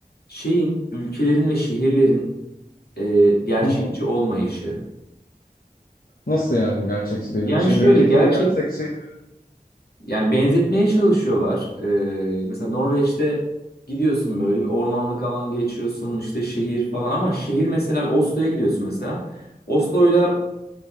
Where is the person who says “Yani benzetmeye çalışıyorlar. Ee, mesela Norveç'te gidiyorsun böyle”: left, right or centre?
Left